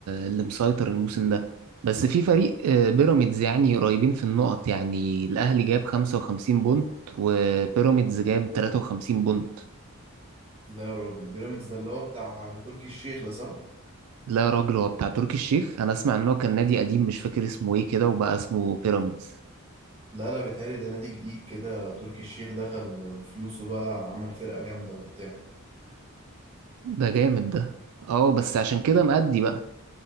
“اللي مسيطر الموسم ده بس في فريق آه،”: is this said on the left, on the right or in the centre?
Right